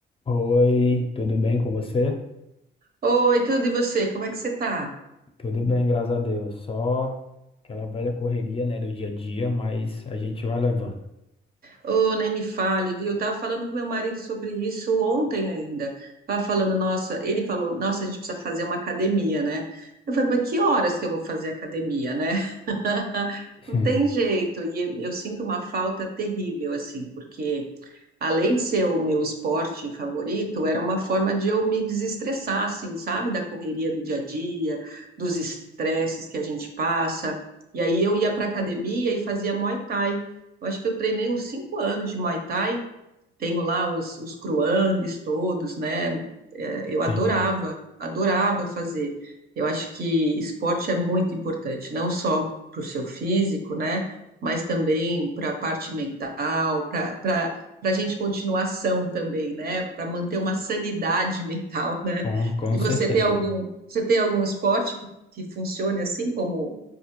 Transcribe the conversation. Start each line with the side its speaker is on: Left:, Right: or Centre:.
Left: Oi, tudo bem com você?
Right: Oi, tudo e você? Como é que você tá?
Left: Tudo bem, graças a Deus. Só aquela velha correria, né, do dia a dia, mas a gente vai levando.
Right: Ô, nem me fale, viu? Eu tava falando com meu marido sobre isso ontem ainda. Tava falando, nossa, ele falou, nossa, a gente precisa fazer uma academia, né? Eu falei, mas que horas que eu vou fazer academia, né? <laughs>
Left: Sim,
Right: Não tem jeito. E eu sinto uma falta terrível, assim, porque além de ser o meu esporte favorito, era uma forma de eu me desestressar, assim, sabe? Da correria do dia a dia, dos estresses que a gente passa. E aí eu ia para academia e fazia Muay Thai. Eu acho que eu treinei uns cinco anos de Muay Thai tenho lá os, os cruangues todos, né? É, Eu adorava,
Left: sim,
Right: adorava fazer. Eu acho que esporte é muito importante, não só para o seu físico, né? Mas também para a parte mental, para para para a gente continuar são também, né? Para manter uma sanidade <laughs> mental, né?
Left: com, com
Right: E
Left: certeza.
Right: você tem algum, você tem algum esporte que, que funcione assim como